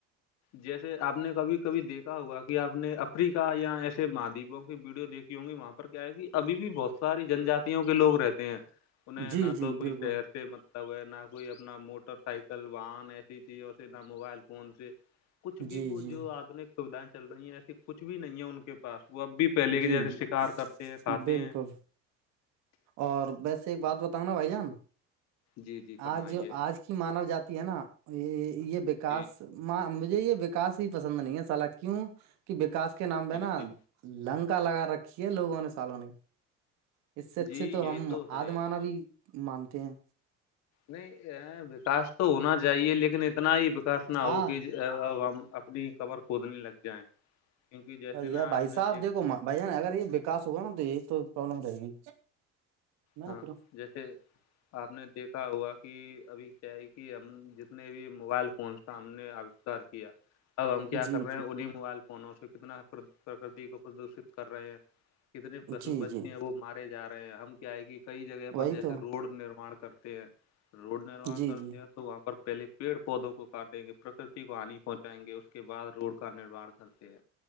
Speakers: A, on the left (about 60°); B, on the right (about 65°).
A: جیسے آپ نے کبھی کبھی دیکھا ہوا کہ آپ نے افریقہ یا ایسے مہاددیپوں کی ویڈیو دیکھی ہوں گی وہاں پہ کیا ہے کہ اب بھی بہت ساری جنجاتوں کے لوگ رہتے ہیں انہیں
B: جی
A: نہ
B: جی
A: تو کوئی
B: بالکل
A: شہر سے متتا ہو ہے نہ کوئی اپنا موٹر سائیکل سلوان ایسی چیزوں سے نہ موبائل فون سے کچھ بھی
B: جی
A: وہ
B: جی
A: جو آدنک سیدھائیں چل رہی ہیں ایسیے کچھ بھی نہیں ہے ان کے پاس وہ اب بھی پہلے
B: جی
A: کے جیسے شکار کرتے ہیں
B: جی
A: کھاتے
B: بالکل
A: ہیں
B: اور ویسے ایک بات بتاؤں نا بھائی جان
A: جی جی فرمائیے
B: آج آج مانا جاتی ہے نا یہ یہ وکاس
A: جی
B: اں مجھے یہ وکاس ہی پسند نہیں ہے سال کیوں کہ وکاس کے نام پ
A: جی
B: نا
A: جی
B: لنکا لگا رکھی ہے لوگوں نے سالوں نے اس سے اچھے
A: جی
B: تو
A: یہ
B: ہم
A: ہے
B: آدمانا بھی مانتے ہیں
A: نہیں وکاس تو ہونا چاہیے لیکن اتنا ہی وکاس نہ
B: ہاں
A: ہو کہ ج ہم اپنی کبر کوودنے لگ جائیں کیونکہ جیسے نا
B: یا بھائی
A: آپ نے
B: صاحب
A: دیکھ
B: دیکھو بھائیا اگر یہ وکاس ہوگا نا تو یہ تو پرابلم رہے گی میں
A: ہاں
B: نا پھر
A: جیسے آپ نے دیکھا ہوا کہ ابھی کیا ہے کہ ہم جتنے بھی موبائل فونس کا ہم نے ار کیا کیا اب ہم کیا
B: جی
A: کر رہے
B: جی
A: ہیں انہیں موبائل فونوں سے کتنا پرکتی کو پردوشت کر رہے ہیں کتنے پشو
B: جی
A: پھھی
B: جی
A: ہیں وہ مارے جا رہے ہیں ہم کیا ہے کہ کئی جگہ پر
B: وہی
A: جیسے
B: تو
A: روڈ نراان کرتے ہیں روڈ نرما
B: جی
A: کرتے
B: جی
A: ہیں تو وہ پہلے پیڑ پودوں کو کاٹیں گے پرکرتی کو ہانی پہنچائیں گے اس کے بعد روڈ کا نرمان کر کرتے